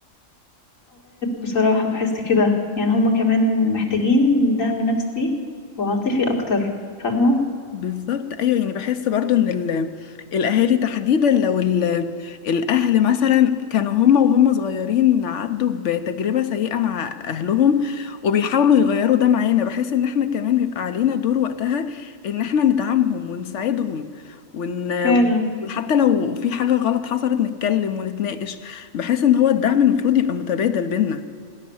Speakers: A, on the left; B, on the left.
A: بصراحة بحس كده يعني هما كمان محتاجين دعم نفسي وعاطفي اكتر فاهمة
B: بالظبط ايوه يعني بحس برضو ان ال- الاهالي تحديدا لو ال- الاهل مثلا كانوا هم وهم صغيرين عدوا بتجربه سيئه مع اهلهم وبيحاولوا يغيروا ده معانا بحس ان احنا كمان بيبقى علينا دور وقتها ان احنا ندعمهم ونساعدهم ون...
A: فعلا
B: ون- وحتى لو في حاجه غلط حصلت نتكلم ونتناقش بحس ان هو الدعم المفروض يبقى متبادل بينا